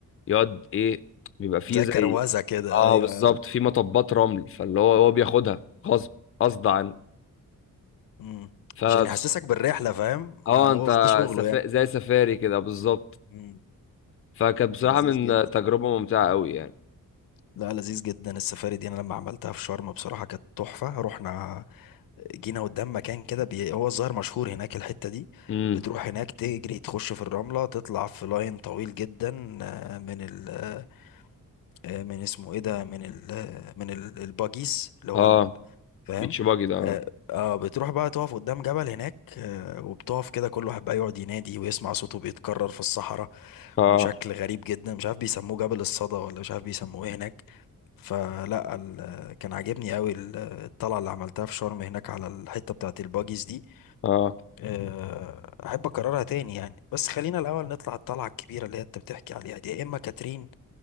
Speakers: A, on the left; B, on the left.
A: يقعد ايه بيبقى فيه
B: زي
A: زي
B: كروزة كده
A: اه
B: ايوه
A: بالظبط في مطبات رمل فاللي هو هو بياخدها غصب غصب عنه
B: مم.
A: فبس
B: عشان يحسسك بالرحلة فاهم
A: اه
B: ما هو
A: انت
B: ده شغله
A: سفا...
B: يعني
A: زي سفاري كده بالظبط
B: مم.
A: فكانت بصراحة
B: لذيذ
A: من
B: جدا
A: تجربة ممتعة قوي يعني
B: لا لذيذ جدا السفاري دي انا لما عملتها في شرم بصراحة كانت تحفة رحنا جينا قدام مكان كده بي... هو الظاهر مشهور هناك الحتة دي
A: امم
B: بتروح هناك تجري تخش في الرملة تطلع في لاين طويل جدا آه، من ال آه، من اسمه ايه ده من ال آه، من ال- الباجيز اللي هو
A: اه
B: ال... فاهم
A: بيتش باجي ده اه
B: اه آه، بتروح بقى تقف قدام جبل هناك آه، وبتقف كده كل واحد بقى يقعد ينادي ويسمع صوته بيتكرر في الصحراء
A: اه
B: بشكل غريب جدا مش عارف بيسموه جبل الصدى ولا مش عارف بيسموه ايه هناك فلا ال- كان عاجبني قوي ال- الطلعه اللي عملتها في شرم هناك على الحته بتاعت الباجيز دي
A: اه
B: آه، احب اكررها تاني يعني بس خلينا الاول نطلع الطلعه الكبيره اللي هي انت بتحكي عليها دي يا اما كاترين